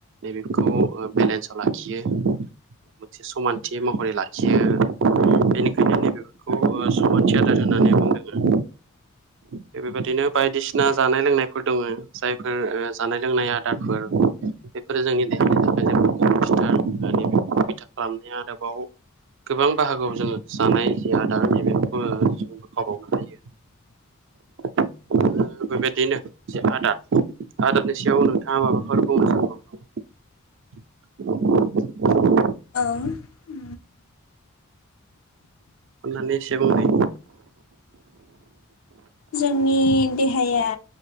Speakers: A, on the right (about 60°); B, on the left (about 75°).
A: नै बेखौ ओ बेलेन्साव लाखियो मोनसे समानथि महरै लाखियो बेनिखायनो नैबेफोरखौ बेखौ ओ सुमानथि आदार होननानै बुंदोंनो बे बेबायदिनो बायदिसिना जानाय लोंनायफोर दोङो जायफोर ओ जानाय लोंनाय आदारफोर बे जोंनि देहानि थाखाय जोबोर गोनांथिथार होनना बिथा खालामनाया आरोबाव गोबां बाहागोआव जोङो जानाय जि आदार बेफोरखौबो जों बोखावबावनो हायो <inaudible> ओ बेबायदिनो जे आदार आदारनि सायाव नोंथाङा माबाफोर बुंबावनांगौ <inaudible>
B: औ उ
A: अननानै एसे बुंनाय
B: जोंनि देहाया